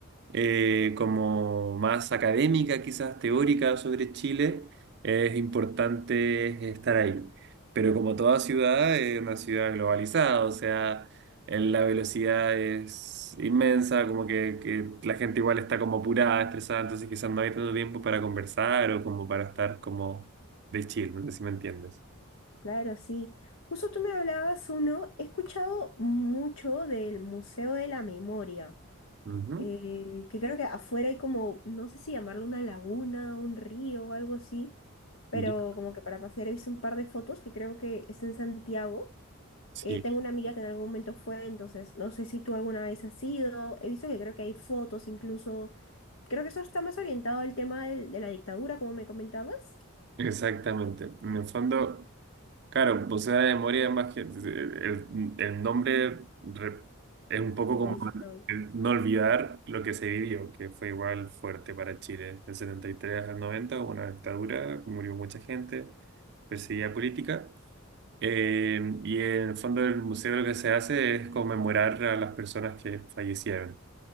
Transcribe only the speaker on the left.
Claro, sí. Justo tú me hablabas uno, he escuchado mucho del Museo de la Memoria,
eh, que creo que afuera hay como, no sé si llamarlo una laguna, un río o algo así, pero
como que para pasear he visto un par de fotos que creo que está en Santiago.
Eh, tengo una amiga que en algún momento fue, entonces no sé si tú alguna vez has ido. He visto que creo que hay fotos incluso. Creo que eso está más orientado al tema del- de, la dictadura, como me comentabas.
Lo
dice, lo,